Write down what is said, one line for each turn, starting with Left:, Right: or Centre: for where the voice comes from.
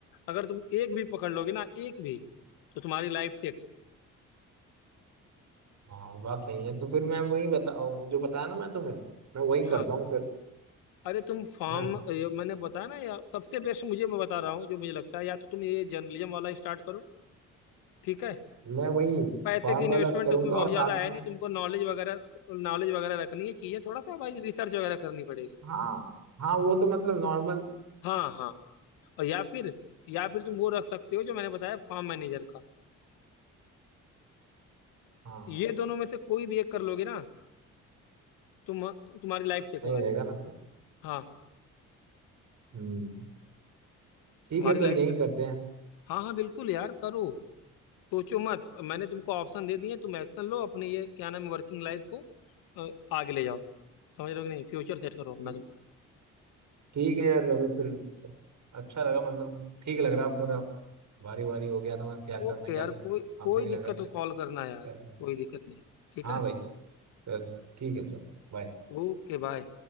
Left: अगर तुम एक भी पकड़ लोगे ना एक भी तो तुम्हारी लाइफ सेट
Right: हाँ, बात सही है तो फिर मैं वही बता जो बताया ना मैं तुम्हें मैं वही
Left: हाँ
Right: करता हूँ फिर
Left: अरे तुम फार्म
Right: हाँ
Left: मैंने बताया ना यार सबसे बेस्ट मुझे मैं बता रहा हूँ जो मुझे लगता है या तो तुम ये जर्नलिज्म वाला स्टार्ट करो ठीक है
Right: मैं वही
Left: पैसे
Right: फॉर्म
Left: की इन्वेस्टमेंट
Right: वाला करूंगा
Left: उसमें बहुत
Right: और
Left: ज्यादा
Right: साथ
Left: है
Right: में
Left: नहीं तुमको नॉलेज वगैरह नॉलेज वगैरह रखनी है चीजें थोड़ा सा भाई रिसर्च वगैरह करनी पड़ेगी
Right: हाँ हाँ वो तो मतलब नॉर्मल
Left: हाँ हाँ और या फिर या फिर तुम वो रख सकते हो जो मैंने बताया फार्म मैनेजर का
Right: हाँ
Left: ये दोनों में से कोई भी एक कर लोगे ना तुम तुम्हारी लाइफ सेट
Right: सही
Left: है भाई
Right: रहेगा ना फिर
Left: हाँ
Right: हम्म ठीक
Left: तुम्हारी
Right: है फिर
Left: लाइफ
Right: यही
Left: सेट
Right: करते हैं
Left: हाँ हाँ बिल्कुल यार करो सोचो मत मैंने तुमको ऑप्शन दे दिए तुम एक्शन लो अपने ये क्या नाम है वर्किंग लाइफ को अ, आगे ले जाओ समझ रहे हो कि नहीं फ्यूचर सेट करो अपना
Right: ठी-
Left: तुम।
Right: ठीक है यार रवि फिर अच्छा लगा मतलब ठीक लग रहा अब थोड़ा बारी बारी हो गया तो मैं क्या करना
Left: ओके
Right: क्या
Left: यार
Right: नहीं
Left: कोई
Right: आप
Left: कोई
Right: सही
Left: दिक्कत
Right: लग रहा
Left: हो
Right: था
Left: कॉल करना यार
Right: चलो
Left: कोई दिक्कत नहीं है ठीक
Right: हाँ
Left: है
Right: भाई चल ठीक है चलो बाय
Left: Okay bye